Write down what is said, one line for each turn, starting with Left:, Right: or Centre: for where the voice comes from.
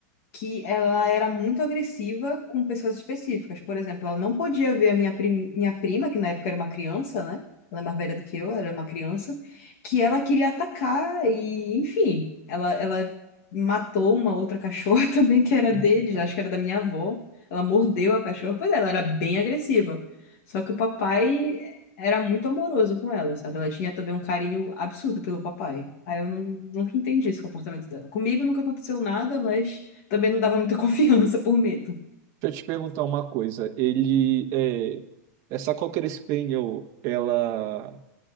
Left: que ela era muito agressiva com pessoas específicas. Por exemplo, ela não podia ver a minha, prim- minha prima, que na época era uma criança, né? Ela é mais velha do que eu, era uma criança, que ela queria atacar e, enfim, ela, ela matou uma outra cachorra <laughs> também que era
Right: Eita.
Left: deles, acho que era da minha avó. Ela mordeu a cachorra, pois é, ela era bem agressiva. Só que o papai era muito amoroso com ela, sabe? Ela tinha também um carinho absurdo pelo papai. Aí eu não- nunca entendi esse comportamento dela. Comigo nunca aconteceu nada, mas também não dava muita <laughs> confiança por medo.
Right: Deixa eu te perguntar uma coisa. Ele é essa Cocker Spaniel, ela,